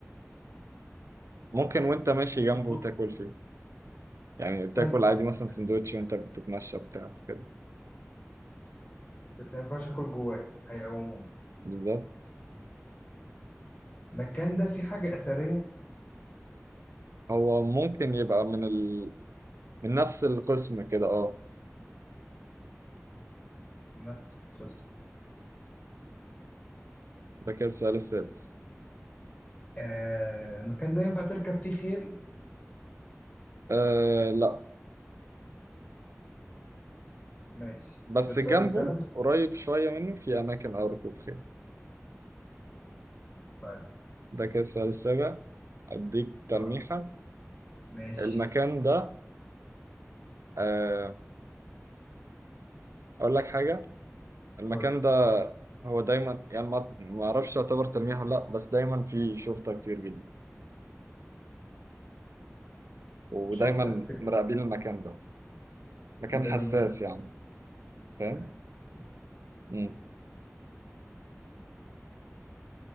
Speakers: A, on the right (about 75°); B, on the left (about 30°).
A: ممكن وأنت ماشي
B: والدكتور
A: جنبه وتاكل فيه يعني تاكل
B: ثانية ثانية
A: عادي مثلا
B: ثانية
A: سندوتش وأنت بتتمشى بتاع كده
B: بس ما ينفعش اكل جواه هيقوموني
A: بالظبط
B: المكان ده فيه حاجة أثرية
A: هو ممكن يبقى من ال... من نفس القسم كده اه
B: نفس القصة
A: ده كده السؤال السادس
B: آه المكان ده ينفع تركب فيه خيل
A: آه لا
B: ماشي
A: بس
B: ده السؤال
A: جنبه
B: السبب
A: قريب شوية منه في أماكن أو ركوب خيل
B: طيب
A: ده كده السؤال السابع أديك تلميحة
B: اه ماشي
A: المكان ده آه، أقول لك حاجة المكان
B: قول
A: ده هو دايما يعني ما ما أعرفش تعتبر تلميح ولا لأ بس دايما فيه شرطة كتير جدا ودايما
B: شرطة كتير
A: مراقبين المكان ده مكان
B: ودايما
A: حساس
B: ملك
A: يعني فاهم
B: كان حاسس
A: مم.